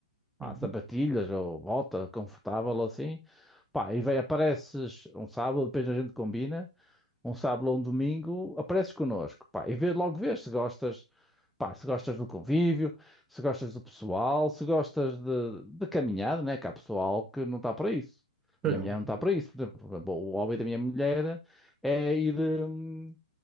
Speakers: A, in the centre; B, on the right.
A: pá,
B: Uhum.
A: sapatilhas ou bota confortável ou assim, pá, e vai, apareces um sábado, depois a gente combina, um sábado ou um domingo, apareces connosco, pá, e vê, logo vês se gostas, Pá, se gostas do convívio, se gostas do pessoal, se gostas de, de caminhada, né? Que há pessoal que não está para isso.
B: Caramba,
A: Minha mulher não
B: caramba.
A: está para isso. Por exemplo, bom, o hobby da minha mulher é ir. hum,